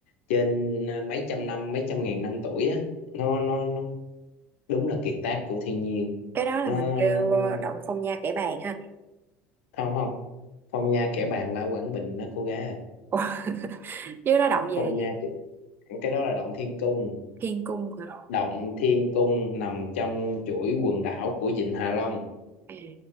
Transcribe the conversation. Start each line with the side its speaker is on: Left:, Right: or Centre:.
Left: trên ờ, mấy trăm năm mấy trăm ngàn năm tuổi á nó nó nó đúng là kiệt tác của thiên nhiên
Right: cái đó
Left: nó
Right: là mình kêu
Left: nó nó-
Right: ờ, động phong nha kẻ bàng ha
Left: không không phong nha kẻ bàn la Quảng Bình đó cô gái à
Right: Ủa, chứ nó động về
Left: phong nha cái đó là động thiên cung
Right: thiên cung hả
Left: Động Thiên Cung nằm trong chuỗi quần đảo của Vịnh Hạ Long.
Right: à,